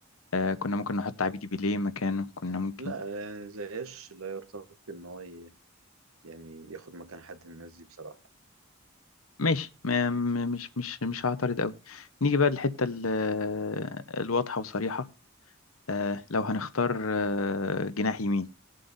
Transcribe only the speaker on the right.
لا يعني زياش لا يرتقي ان هو ي- يعني ياخد مكان حد من الناس دي بصراحه